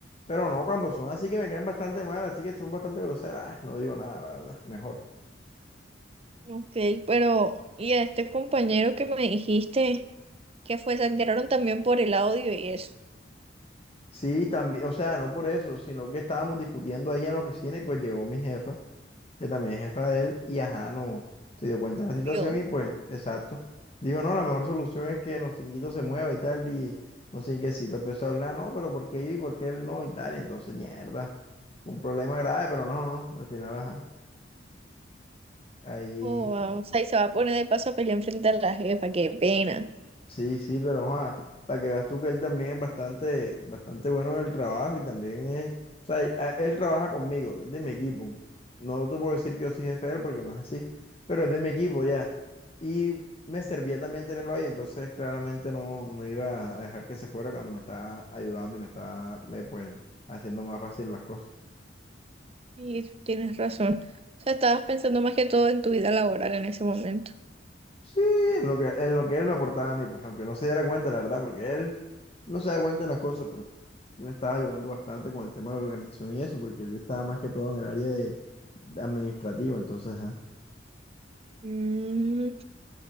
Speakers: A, on the left; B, on the right.
A: pero no, cuando son así que me caen bastante mal, así que son bastante groseras, ay, no digo nada, la verdad, mejor.
B: Ok, pero ¿y a este compañero que me dijiste? que fue, se enteraron también por el audio y eso.
A: Sí, también, o sea, no por eso, sino que estábamos discutiendo ahí en la oficina y pues llegó mi jefa, que también es jefa de él, y ajá, no, se dio cuenta de la situación
B: Yo,
A: y pues, exacto, dijo, no, la mejor solución es que Nocinguito se mueva y tal, y Nocinguecito empezó a hablar, no, pero ¿por qué yo y por qué él no y tal? Entonces, mierda, un problema grave, pero no, no, no, al final, ajá, ahí
B: oh, wow, o sea, y se va a poner de paso a pelear enfrente a la jefa, qué pena.
A: Sí, sí, pero para que veas tú que él también es bastante, bastante bueno en el trabajo y también es, o sea, y- a- él trabaja conmigo, es de mi equipo. No te puedo decir que yo soy jefe de él porque no es así, pero es de mi equipo ya. Y me servía también tenerlo ahí, entonces claramente no, no iba a dejar que se fuera cuando me está ayudando y me está, me, pues, haciendo más fácil las cosas.
B: Y tú tienes razón. O sea, estabas pensando más que todo en tu vida laboral en ese momento.
A: Sí, en lo que, en lo que él me aportaba a mí, pues, aunque no se diera cuenta, la verdad, porque él no se da cuenta de las cosas, pero yo me estaba ayudando bastante con el tema de la organización y eso, porque él estaba más que todo en el área de administrativo, entonces, ajá.
B: Mm,